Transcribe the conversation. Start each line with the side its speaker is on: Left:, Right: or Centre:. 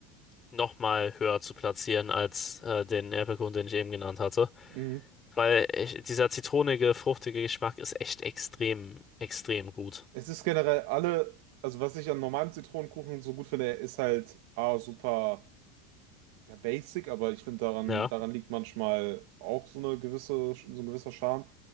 Left: nochmal höher zu platzieren als äh, den Erdbeerkuchen, den ich eben genannt hatte.
Right: Mhm.
Left: Weil ich, dieser zitronige, fruchtige Geschmack ist echt extrem, extrem gut.
Right: Es ist generell alle, also was ich an normalem Zitronenkuchen so gut finde, er ist halt A, super ja, basic, aber ich finde daran,
Left: Ja,
Right: daran liegt manchmal auch so eine gewisse, so ein gewisser Charme.